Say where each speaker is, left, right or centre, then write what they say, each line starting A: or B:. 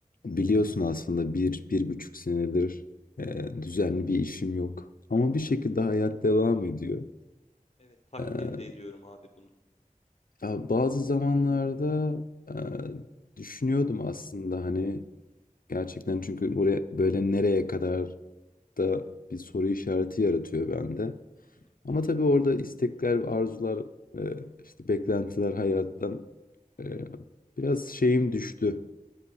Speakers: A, on the left; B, on the left.
A: Biliyorsun aslında bir, bir buçuk senedir e, düzenli bir işim yok. Ama bir şekilde hayat devam ediyor.
B: Evet, takdir
A: E,
B: de ediyorum abi bunu.
A: ya bazı zamanlarda e, düşünüyordum aslında hani gerçekten çünkü buraya böyle nereye kadar da bir soru işareti yaratıyor bende.
B: Hı hı.
A: Ama tabii orada istekler, arzular, e, işte beklentiler hayattan e, biraz şeyim düştü.